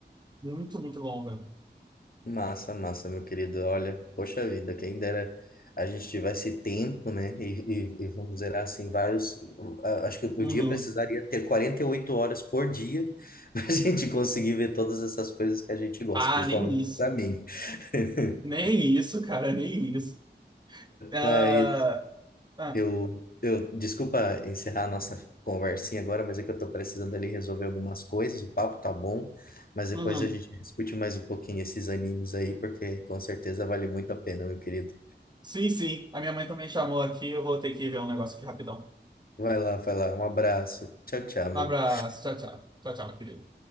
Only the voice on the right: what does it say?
Muito, muito bom, velho.
Uhum.
Ah,
nem isso.
Nem isso, cara, nem isso. Ah,
ah,
uhum.
Sim, sim. A minha mãe também chamou aqui. Eu vou ter que ver um negócio aqui rapidão.
Um abraço. Tchau, tchau. Tchau, tchau, meu querido.